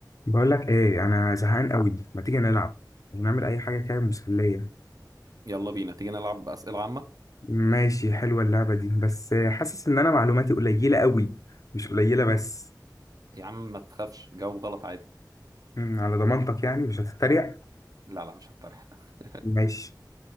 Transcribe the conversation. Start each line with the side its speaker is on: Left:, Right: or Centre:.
Left: بقول لك ايه انا زهقان قوي ما تيجي نلعب ونعمل اي حاجه كده مسليه
Right: يلا بينا تيجي نلعب أسئلة عامة
Left: ماشي حلوه اللعبه دي بس حاسس ان انا معلوماتي قليله قوي مش قليله بس
Right: يا عم ما تخافش جاوب غلط عادي
Left: مم، على ضمانتك يعني مش هتتريق
Right: لا لا مش هتطرح <laughs>
Left: ماشي